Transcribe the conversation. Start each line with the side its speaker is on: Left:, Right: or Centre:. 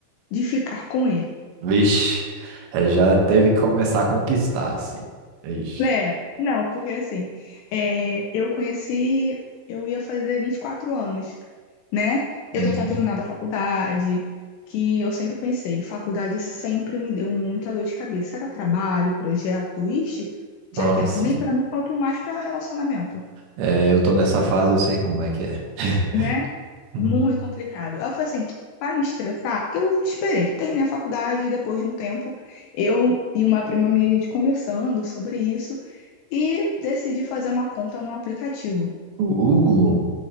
Left: de ficar com ele.
Right: Vixe, é, já teve que começar a conquistar, assim. Ixi.
Left: Né? Não, porque assim, é, eu conheci. Eu ia fazer vinte e quatro anos. né? Eu
Right: Uhum.
Left: já tinha terminado a faculdade, que eu sempre pensei, faculdade sempre me deu muita dor de cabeça. Era trabalho, projeto, ixi,
Right: Nossa,
Left: tinha tempo, nem pra mim, quanto mais pra relacionamento,
Right: é, eu tô nessa fase, eu sei como é que é. <laughs>
Left: né?
Right: Uhum.
Left: Muito complicado. Aí eu falei assim, pra me estressar, eu esperei, terminei a faculdade e depois de um tempo, eu e uma prima minha, a gente conversando sobre isso e decidi fazer uma conta no aplicativo.
Right: Uh,